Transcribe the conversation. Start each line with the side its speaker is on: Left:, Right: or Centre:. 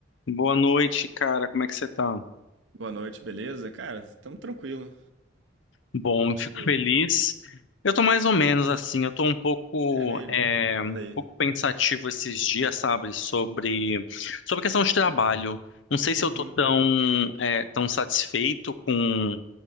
Left: Boa noite, cara. Como é que você tá?
Right: Boa noite, beleza? Cara, estamos tranquilo,
Left: Bom,
Right: curtindo.
Left: fico feliz. Eu tô mais ou menos assim, eu tô um pouco,
Right: É mesmo,
Left: é,
Right: me conta
Left: um
Right: aí.
Left: pouco pensativo esses dias, sabe, sobre, sobre a questão de trabalho. Não sei se
Right: Uhum,
Left: eu tô tão, é, tão satisfeito com,